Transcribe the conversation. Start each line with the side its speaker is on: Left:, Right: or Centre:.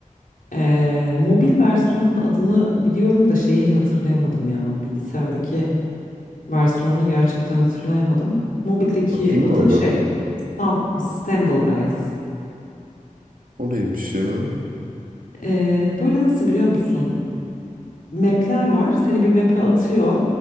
Left: Ee, mobil versiyonun adını biliyorum da şeyi hatırlayamadım ya. Bilgisayardaki versiyonunu gerçekten hatırlayamadım. Mobildeki
Right: Farklı
Left: adı
Right: mı adı?
Left: şey Stam- Stumble Guys.
Right: O neymiş ya?
Left: Ee, böyle nasıl biliyor musun? Map'ler var. Seni bir map'e atıyor.